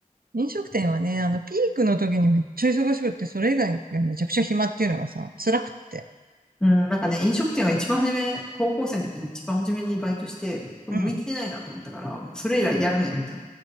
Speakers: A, on the right; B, in the centre.
A: 飲食店はね、あの、ピークの時にめっちゃ忙しくって、それ以外の時はめちゃくちゃ暇っていうのがさ、辛くって。
B: うん、なんかね、飲食店は一番初め、高校生の時に一番初めにバイトして、向いてないなと思ったから、
A: うん。
B: もうそれ以来やるのやめた。